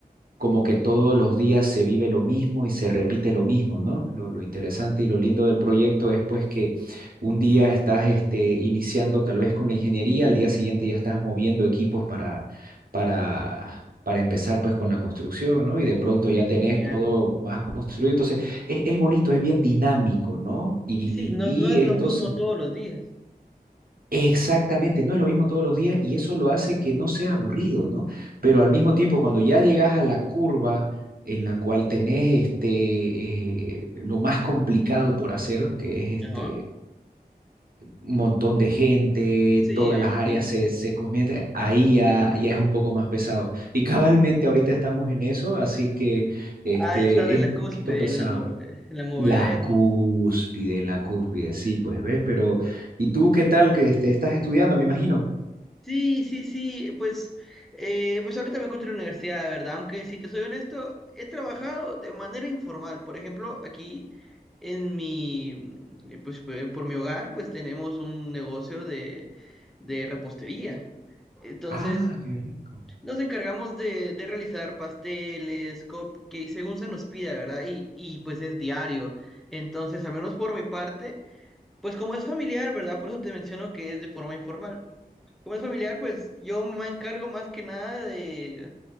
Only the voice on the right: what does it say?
como que todos los días se vive lo mismo y se repite lo mismo, ¿no? Lo, lo interesante y lo lindo del proyecto es pues que un día estás este, iniciando tal vez con la ingeniería, al día siguiente ya estás moviendo equipos para, para, para empezar pues con la construcción, ¿no? Y
de pronto ya
tenés todo más construido. Entonces, es, es bonito, es bien dinámico, ¿no? Y,
y
esto
se
Exactamente, no es lo mismo todos los días y eso lo hace que no sea aburrido, ¿no? Pero al mismo tiempo, cuando ya llegas a la curva en la cual tenés este, eh, lo más complicado por hacer, que es
este un montón de gente,
todas
las
áreas se, se cometen, ahí ya, ya es un poco más pesado. Y cabalmente ahorita estamos en eso, así que este,
es
un
poquito pesado.
La cúspide, en la cúspide, sí, pues ves, pero ¿y tú qué tal que este, estás estudiando, me imagino?
Ah, qué rico.